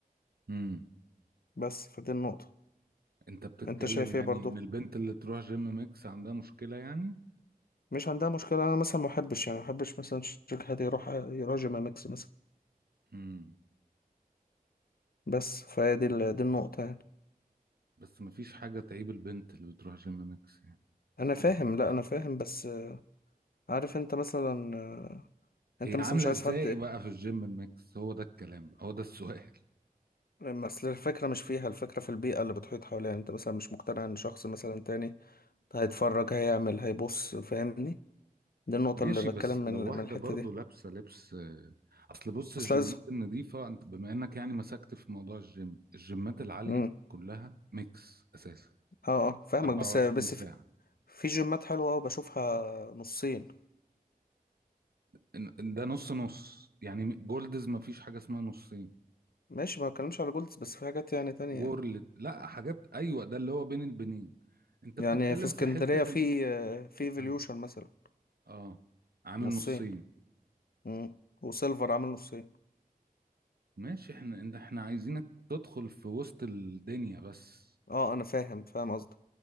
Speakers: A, on the right; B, on the left.
A: امم
B: بس فدي النقطة
A: انت بتتكلم
B: انت شايف
A: يعني
B: ايه برضو
A: ان البنت اللي تروح جيم ميكس عندها مشكلة يعني
B: مش عندها مشكلة انا مثلا ما احبش يعني ما احبش مثلا شركة هادي يروح يراجع مع ماكس مثلا
A: امم
B: بس فهي دي ال- دي النقطة يعني
A: بس مفيش حاجة تعيب البنت اللي بتروح جيم ميكس يعني
B: انا فاهم
A: إيه؟
B: لا انا فاهم بس آه، عارف انت مثلا آه، انت
A: هي
B: مثلا
A: عاملة
B: مش عايز
A: ازاي
B: حد ايه
A: بقى في الجيم الميكس هو ده الكلام بقى هو ده السؤال
B: اصل الفكرة مش فيها الفكرة في البيئة اللي بتحيط حواليها يعني انت مثلا مش مقتنع ان شخص مثلا تاني هيتفرج هيعمل هيبص فاهمني دي النقطة
A: ماشي
B: اللي بتكلم
A: بس
B: من
A: لو واحدة
B: من الحتة
A: برضو
B: دي
A: لابسة لبس آه، اصل بص الجيمات
B: بس لازم
A: النظيفة انت بما انك يعني مسكت في موضوع الجيم الجيمات العالية
B: امم
A: كلها ميكس اساسا
B: اه اه فاهمك
A: 24
B: بس بس
A: ساعة
B: في, في جيمات حلوة أوي بشوفها نصين
A: ده ده نص نص يعني جولدز مفيش حاجة اسمها نصين
B: ماشي ما بتكلمش على جولدز بس في حاجات يعني تانية
A: وورلد لا حاجات ايوه ده اللي هو بين البنين انت
B: يعني
A: بتتكلم
B: في اسكندرية
A: في حتة
B: في
A: ان
B: آه، في ايفوليوشن
A: ها
B: مثلا
A: اه عامل
B: نصين
A: نصين
B: امم وسيلفر عامل نصين
A: ماشي احنا انت احنا عايزينك تدخل في وسط الدنيا بس
B: اه انا فاهم فاهم قصدك